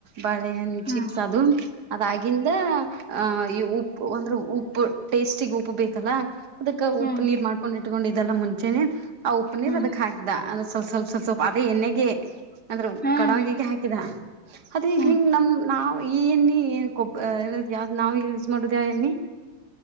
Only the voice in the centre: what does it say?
ಹ್ಮ್
ಹ್ಮ್
ಹ್ಮ್
ಹ್ಮ್
ಹ್ಮ್